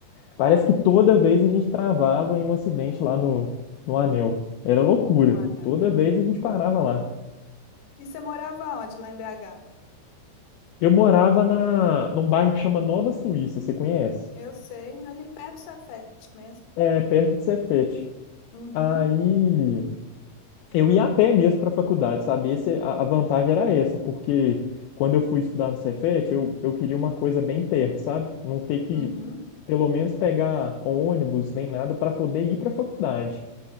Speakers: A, on the left; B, on the left.
A: parece que toda vez a gente travava em um acidente lá no, no Anel. Era loucura.
B: o anel.
A: Toda vez a gente parava lá.
B: E você morava onde, lá em BH?
A: Eu morava na, num bairro que chama Nova Suíça, você conhece?
B: Eu sei, ali perto do Safety mesmo.
A: É perto de Cefete.
B: Uhum,
A: Aí. Eu ia a pé mesmo para a faculdade, sabe? Esse, a, a vantagem era essa, porque quando eu fui estudar no Cefet, eu, eu queria uma coisa bem perto, sabe? Não ter que,
B: uhum,
A: pelo menos, pegar ônibus nem nada para poder ir para a faculdade.